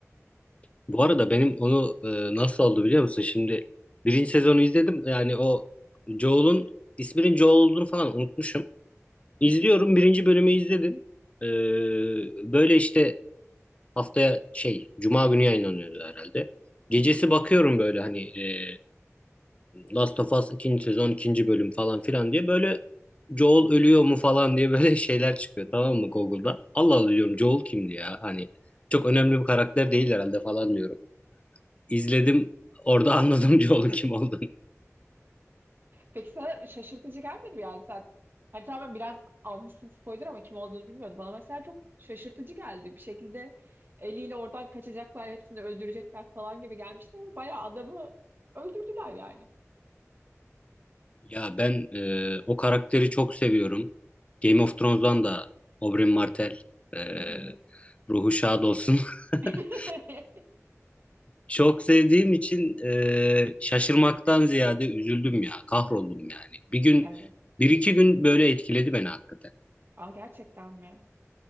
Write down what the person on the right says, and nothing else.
Hı hı.
Peki sana şaşırtıcı gelmedi mi yani sen? Hani tamam biraz almışsın spoiler ama kim olduğunu bilmiyordum. Bana mesela çok şaşırtıcı geldi. Bir şekilde eliyle oradan kaçacaklar, hepsini öldürecekler falan gibi gelmişti ama bayağı adamı öldürdüler yani.
Hı hı.
<laughs>
Evet.
Aa, gerçekten mi?